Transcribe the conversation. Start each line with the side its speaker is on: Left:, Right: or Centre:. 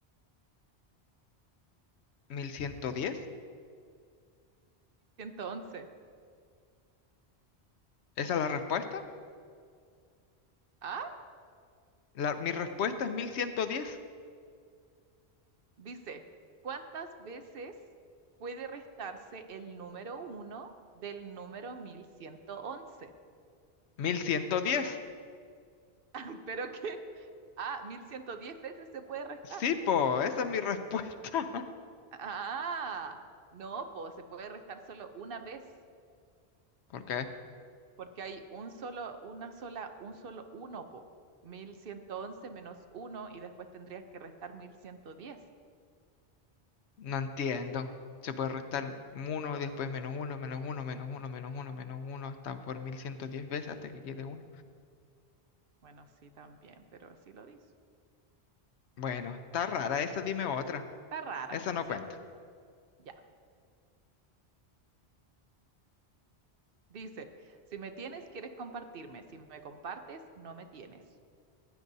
Left: mil ciento diez.
Right: 1111?
Left: ¿Esa es la respuesta?
Right: 1111.
Left: La- mi respuesta es mil mil ciento diez
Right: Dice, ¿cuántas veces puede restarse el número uno del número 1111.
Left: mil ciento diez
Right: <laughs> ¿Pero qué? Ah, 1110 veces se puede restar.
Left: Sí, po, esa es mi respuesta.
Right: Ah, no, pues se puede restar solo una vez,
Left: <laughs> ¿Por qué?
Right: porque hay un solo, una sola, un solo uno, po. mil ciento once menos uno y después tendrías que restar 1110.
Left: No entiendo. Se puede restar uno después menos uno menos uno menos uno menos uno menos uno hasta por 1110 veces hasta que quede uno
Right: Bueno, sí, también, pero así lo dice.
Left: Bueno, está rara esa, dime otra.
Right: Está rara,
Left: Esa no
Right: sí,
Left: cuenta.
Right: ya. Dice, si me tienes, quieres compartirme. Si me compartes, no me tienes.